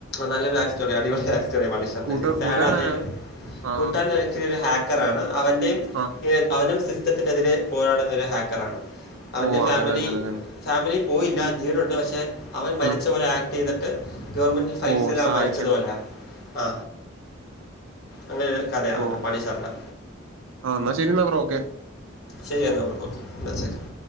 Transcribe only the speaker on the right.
കൂട്ട
കൂട്ടുകാരനാരാ
ആ
ആഹ്
ഓ
അങ്ങനെ അങ്ങനെ അങ്ങനെ
ഉം.
ഓ
സഹായിക്കണ്
ഓ
ആ എന്നാ ശരി. എന്നാ ബ്രോ ഓക്കെ.